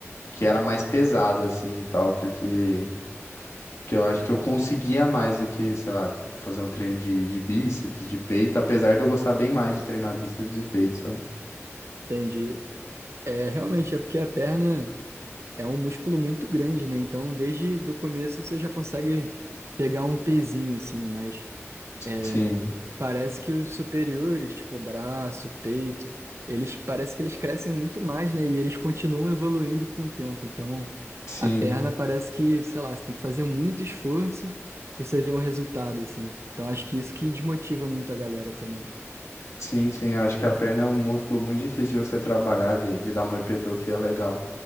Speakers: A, on the left; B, on the right.
A: que era mais pesado, assim, e tal, porque. Porque eu acho que eu conseguia mais do que, sei lá, fazer um treino de, de bíceps, de peito, apesar de eu gostar bem mais de treinar bíceps e peito, sabe?
B: Entendi. É, realmente, é porque a perna. É um músculo muito grande, né? Então, desde do começo você já consegue pegar um pezinho, assim, mas é,
A: Sim,
B: parece que os superiores, tipo braço, peito, eles parece que eles crescem muito mais, né? E eles continuam evoluindo com o tempo. Então,
A: sim,
B: a perna parece que, sei lá, você tem que fazer muito esforço para você ver um resultado, assim. Então, acho que isso que desmotiva muito a galera também.
A: sim, sim. Acho que a perna é um músculo muito difícil de você trabalhar, de, de dar uma hipertrofia legal.